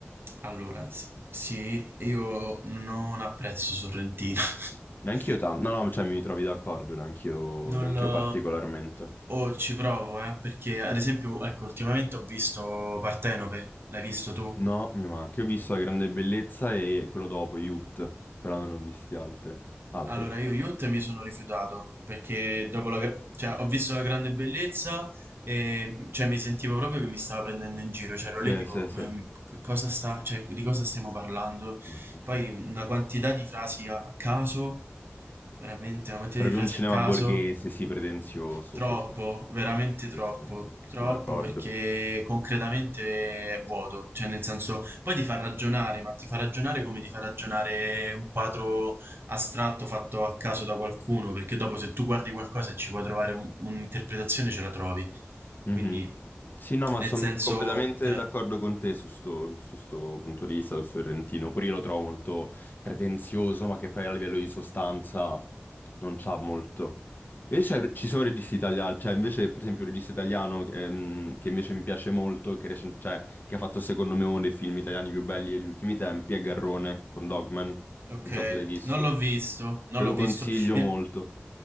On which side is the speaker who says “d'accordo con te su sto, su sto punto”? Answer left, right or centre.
Left